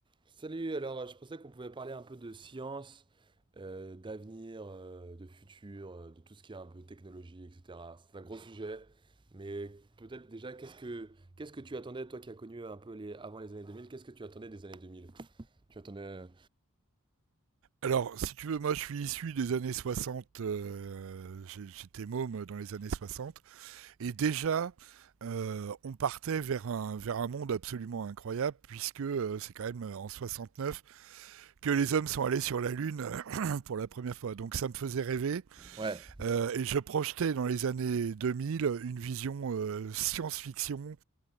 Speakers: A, on the right; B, on the right.
A: Salut, alors euh, je pensais qu'on pouvait parler un peu de science, euh, d'avenir, euh, de futur, euh, de tout ce qui est un peu technologie, etc. C'est un gros sujet, mais peut-être déjà, qu'est-ce que, qu'est-ce que tu attendais, toi qui as connu un peu les, avant les années 2000, qu'est-ce que tu attendais des années 2000? Tu attendais. euh,
B: Alors, si tu veux, moi je suis issu des années 60. euh, j'ai- j'étais môme dans les années 60, et déjà euh, on partait vers un, vers un monde absolument incroyable, puisque euh, c'est quand même euh, en neuf que les hommes sont allés sur la Lune <clears throat> pour la première fois. Donc ça me faisait rêver,
A: Ouais,
B: euh, et je projetais dans les années 2000 une vision euh, science-fiction